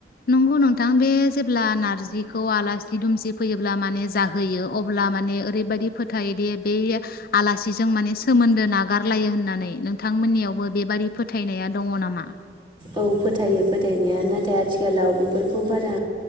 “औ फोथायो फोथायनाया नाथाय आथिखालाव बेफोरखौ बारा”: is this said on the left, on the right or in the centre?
Right